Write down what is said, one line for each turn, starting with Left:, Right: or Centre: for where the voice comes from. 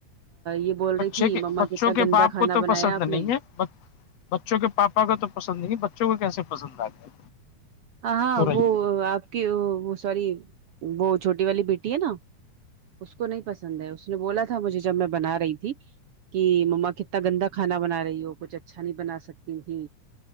Right: یہ بول
Left: بچے
Right: رہی تھی
Left: کے
Right: مما
Left: بچوں
Right: کتنا
Left: کے
Right: گندا
Left: باپ
Right: کھانا
Left: کو تو
Right: بنایا
Left: پسند
Right: آپ
Left: نہیں
Right: نے
Left: ہے بچوں کے پاپا کا تو پسند نہیں ہے بچوں کو کیسے پسند آ گیا
Right: ہاں
Left: تو رہی
Right: وہ آپ کی سوری وہ چھوٹی والی بیٹی ہے نا اس کو نہیں پسند ہے اس نے بولا تھا مجھے جب میں بنا رہی تھی کہ مما کتنا گندا کھانا بنا رہی ہو کچھ اچھا نہیں بنا سکتی تھی